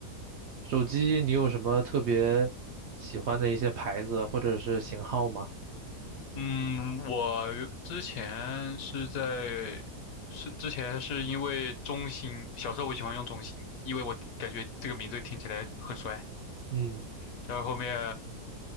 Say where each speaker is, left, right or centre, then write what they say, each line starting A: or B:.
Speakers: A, on the right (about 80°); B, on the left (about 70°).
A: 手机你有什么特别喜欢的一些牌子或者是型号吗？
B: 嗯，我之前是在，是之前是因为中兴，小时候我喜欢用中兴，因为我感觉这个名字听起来很帅，
A: 嗯，
B: 但是后面